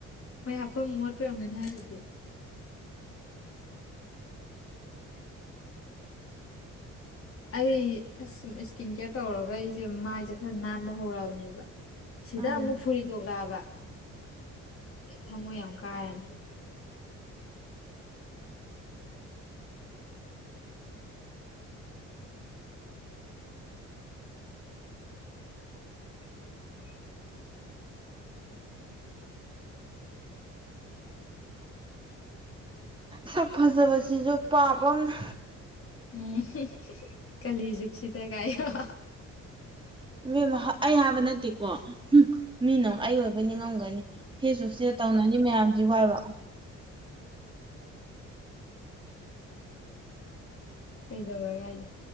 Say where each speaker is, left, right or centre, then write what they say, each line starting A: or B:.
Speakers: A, on the left; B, on the right.
A: ꯍꯣꯏ ꯍꯥꯐꯝ ꯃꯣꯠꯄꯩ ꯑꯣꯏꯔꯝꯒꯅꯤ ꯍꯥꯏꯗꯨꯗꯤ <inaudible> ꯑꯩ ꯑꯁ ꯏꯁꯀꯤꯟ ꯀꯦꯌꯔ ꯇꯧꯔꯒ ꯑꯩꯁꯦ ꯃꯥꯏꯁꯦ ꯈꯔ ꯅꯥꯟꯕ ꯍꯧꯔꯛꯑꯕꯅꯦꯕ ꯁꯤꯗ
B: ꯎꯝ
A: ꯑꯃꯨꯛ ꯐꯨꯔꯤ ꯊꯣꯛꯣꯛꯂꯛꯑꯕ ꯑꯩ ꯊꯃꯣꯏ ꯌꯥꯝ ꯀꯥꯏꯔꯅꯤ <inaudible>
B: ꯁꯛ ꯐꯖꯕꯁꯤꯁꯨ ꯄꯥꯕ ꯑꯝꯅꯦ
A: ꯎꯝ ꯀꯂꯤꯖꯨꯛꯁꯤꯗꯒꯥꯏꯌꫭ
B: ꯏꯕꯦꯝꯃ ꯍꯛ ꯑꯩ ꯍꯥꯏꯕ ꯅꯠꯇꯦꯀꯣ ꯃꯤꯅ ꯑꯩ ꯑꯣꯏꯕꯣꯏ ꯅꯤꯡꯉꯝꯒꯅꯤ ꯐꯦꯁ ꯕꯨꯛꯁꯤꯗ ꯇꯧꯅꯩ ꯃꯌꯥꯝꯁꯤꯕꯨ ꯍꯥꯏꯕ
A: ꯀꯩꯗꯧꯔꯒꯦ ꯍꯥꯏꯁꯦ